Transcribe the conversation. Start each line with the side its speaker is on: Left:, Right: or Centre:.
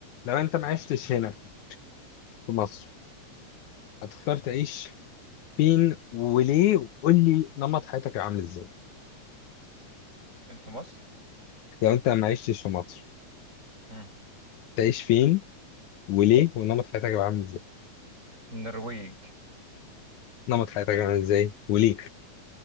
Left: لو انت ما عشتش هنا في مصر هتختار تعيش فين وليه وقول لي نمط حياتك هيبقى عامل ازاي
Right: فين في مصر؟
Left: لو انت ما عشتش في مصر
Right: مم.
Left: تعيش فين وليه ونمط حياتك هيبقى عامل ازاي
Right: النرويج
Left: نمط حياتك هيبقى عامل ازاي وليه